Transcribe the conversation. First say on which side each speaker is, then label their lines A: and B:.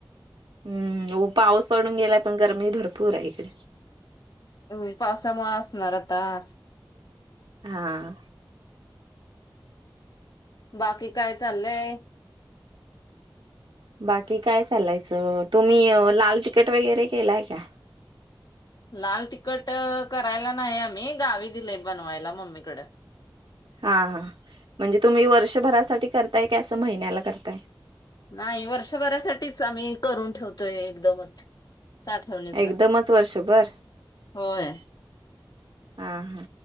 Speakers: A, on the right; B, on the left.
A: हम्म अहो पाऊस पडून गेलाय पण गरमी भरपूर आहे इकडे
B: होय पावसामुळे असणार आता असं
A: हा
B: बाकी काय चाललंय
A: बाकी काय चालायचं तुम्ही लाल तिकीट वगैरे केलाय काय
B: लाल तिखट करायला नाही आम्ही गावी दिलेय बनवायला मम्मीकडं
A: हा हा म्हणजे तुम्ही वर्षभरासाठी करताय का असं महिन्याला करताय
B: नाही वर्षभरासाठीच आम्ही करून ठेवतोय एकदमच साठवणीच.
A: एकदमच वर्षभर
B: होय
A: हा हा